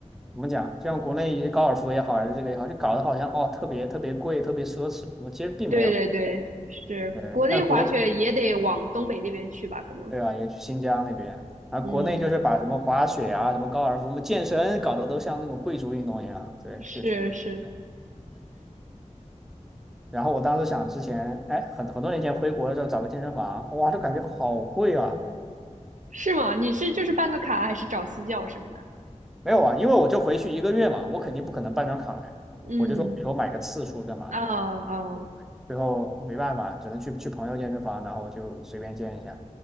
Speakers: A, in the centre; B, on the right (about 80°).
A: 怎么讲，就像国内高尔夫也好，还是这个也好，就搞得好像哦特别特别贵，特别奢侈。我其实并没有，
B: 对对对，是国内滑雪也得往东北那边去吧？
A: 对，像国
B: 可能，
A: 对吧，也去新疆那边，啊，
B: 嗯，
A: 国内就是把什么滑雪啊、什么高尔夫、什么健身搞得都像那种贵族运动一样，对，
B: 是是
A: 就挺离谱的。然后我当时想，之前哎，很很多年前回国的时候找个健身房，哇，就感觉好贵啊。
B: 是吗？你是就是办个卡，还是找私教什么的？
A: 没有啊，因为我就回去一个月嘛，我肯定不可能办张卡呀。
B: 嗯，
A: 我就说以后买个次数干嘛的，
B: 啊啊，
A: 对对，最后没办法，只能去去朋友健身房，然后就随便健一下。